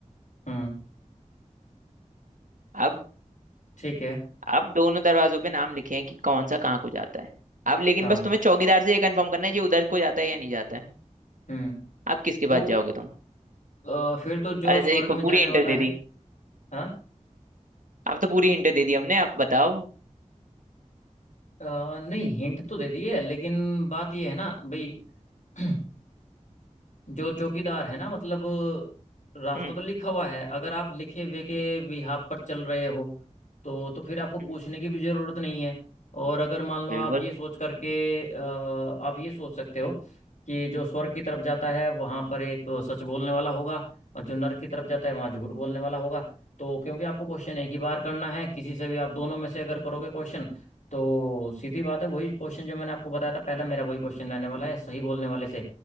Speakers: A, on the left (about 65°); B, on the right (about 85°).
A: हम्म
B: अब
A: ठीक है
B: अब दोनों दरवाजों पे नाम लिखे हैं कि कौन सा कहाँ को जाता है अब लेकिन
A: हाँ
B: बस तुम्हें चौकीदार से ये कंफर्म करना है ये उधर को जाता है या नहीं जाता है
A: हम्म
B: अब किसके पास
A: तो
B: जाओगे तुम
A: अ, फिर तो जो
B: अरे
A: स्वर्ग
B: देखो
A: में
B: पूरी
A: जाने
B: हिंट
A: वाला
B: दे
A: है
B: दी
A: हाँ
B: अब तो पूरी हिंट दे दी हमने आप बताओ
A: अ, नहीं हिंट तो दे दी है लेकिन बात यह है ना भाई <clears throat> जो चौकीदार है ना मतलब रास्ता
B: हम्म
A: तो लिखा हुआ है अगर आप लिखे हुए के बिहाफ पर चल रहे हो तो तो फिर आपको
B: हम्म,
A: पूछने की भी जरूरत नहीं है और अगर मान लो
B: बिल्कुल
A: आप ये सोच करके अ, आप ये सोच सकते हो कि जो स्वर्ग की तरफ जाता है वहां पर एक सच बोलने वाला होगा और जो नर्क की तरफ जाता है वहां झूठ बोलने वाला होगा तो क्योंकि आपको क्वेश्चन एक ही बार करना है किसी से भी आप दोनों में से अगर करोगे क्वेश्चन तो सीधी बात है वही क्वेश्चन जो मैंने आपको बताया था पहला मेरा वही क्वेश्चन रहने वाला है सही बोलने वाले से